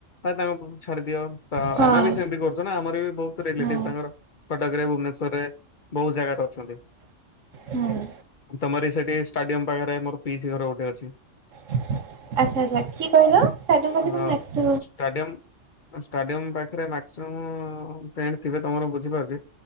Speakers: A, on the left; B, on the right.
A: ଆଉ ତାଙ୍କୁ ଛାଡିଦିଅ ତ
B: ହଁ
A: ଆମେ ବି ସେମିତି କରୁଛୁ ନା ଆମର ବି ବହୁତ ରିଲେଟିଫ୍
B: ହୁଁ
A: ତାଙ୍କର କଟକରେ ଭୁବନେଶ୍ୱରରେ ବହୁତ ଜାଗାରେ ଅଛନ୍ତି।
B: ହୁଁ
A: ହୁଁ ତମରି ସେଠି ଷ୍ଟାଡିୟମ ପାଖରେ ମୋର ପିସି ଘର ଗୋଟେ ଅଛି।
B: ଆଛା ଆଛା କି କହିଲ ଷ୍ଟାଡିୟମ ପାଖରେ
A: ହଁ
B: ମାକ୍ସ୍
A: ଷ୍ଟାଡିୟମ ଷ୍ଟାଡିୟମ ପାଖରେ ମାକ୍ସିମମ୍ ଫ୍ରେଣ୍ଡ୍ ଥିବେ ତମର ବୁଛିପାରୁଛ ରି